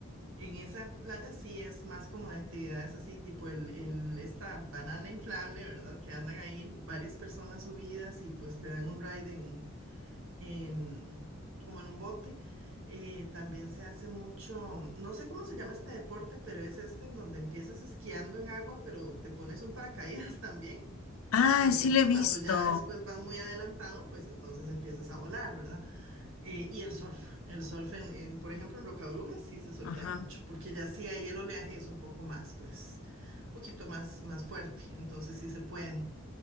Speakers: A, on the right (about 65°); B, on the left (about 75°).
A: En esa playa sí es más como de actividades así, tipo el, el, esta banana inflable, ¿verdad? Que andan ahí varias personas subidas y pues te dan un ride en, en- como en un bote. Eh, también se hace mucho, no sé cómo se llama este deporte, pero es este en donde empiezas esquiando en agua, pero te pones un paracaídas <laughs> también
B: Ah,
A: Y entonces
B: sí lo he visto.
A: cuando ya después vas muy adelantado, pues entonces empiezas a volar, ¿verdad? Eh, y el surf, el surf en, en, por ejemplo, en Rocabrúa sí se surfea
B: Ajá.
A: mucho, porque ya sí ahí el oleaje es un poco más, pues, un poquito más, más fuerte, entonces sí se puede.